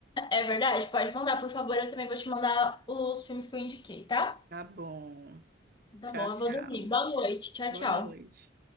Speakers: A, on the left (about 25°); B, on the right (about 50°).
A: É verdade, pode mandar, por favor. Eu também vou te mandar os filmes que eu indiquei, tá?
B: Tá bom.
A: Tá
B: Tchau,
A: bom,
B: tchau.
A: eu vou dormir. Boa noite. Tchau,
B: Boa
A: tchau.
B: noite.